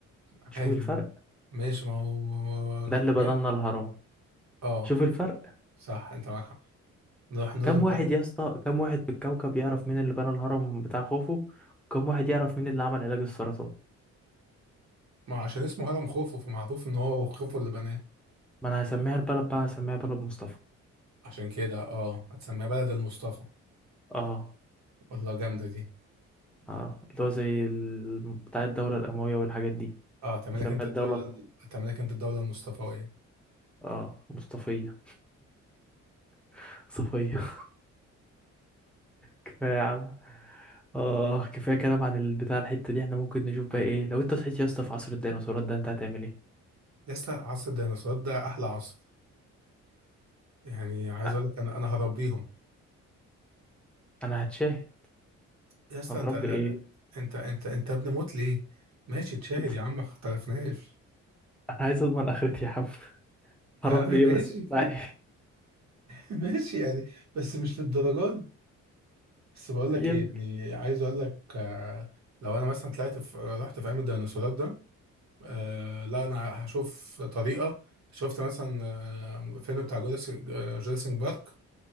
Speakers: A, on the right; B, in the centre.
A: عادي
B: شوف الفرق
A: ما هو- ماشي ما هو
B: ده اللي
A: باين.
B: بنى لنا الهرم
A: اه
B: شوف الفرق
A: صح أنت معاك حق نروح نروح
B: كم واحد
A: نروح-
B: يا اسطى كم واحد في الكوكب يعرف مين اللي بنى الهرم بتاع خوفو وكم واحد يعرف مين اللي عمل علاج السرطان
A: ما هو عشان اسمه هرم خوفو فمعروف إن هو خوفو اللي بناه
B: ما انا هسميها البلد بقى هسميها بلد مصطفى
A: عشان كده اه هتسميها بلد المصطفى
B: اه
A: والله جامدة دي
B: اه اللي هو زي ال... بتاع الدولة الأموية والحاجات دي
A: اه هتعمل
B: هسميها
A: لك أنت
B: الدولة
A: الدولة ال- هتعمل لك أنت الدولة المصطفوية
B: اه مصطفية <laughs> صفية كفاية يا عم اه كفاية كلام عن البتاع الحتة دي احنا ممكن نشوف بقى ايه لو انت صحيت يا اسطى في عصر الديناصورات ده انت هتعمل ايه؟
A: لسه عصر الديناصورات ده أحلى عصر يعني عايز
B: أ-
A: أقول لك أنا أنا هربيهم
B: انا هتشاه
A: يا اسطى
B: هتربي
A: انت
B: ايه؟
A: انت انت ابن موت ليه ماشي تشاهد
B: <laughs>
A: يا عم ما اختلفناش
B: انا عايز اضمن اخرتي يا عم هربي
A: يا عم ماشي
B: ايه بس؟
A: <laughs>
B: لا،
A: ماشي يعني بس مش للدرجه دي بس بقول
B: يبكي
A: لك ايه يعني عايز اقول لك آه، لو انا مثلا طلعت في رحت في عالم الديناصورات ده آه لا انا هشوف طريقه شفت مثلا آه فيلم بتاع جوراسيك آه، جوراسيك بارك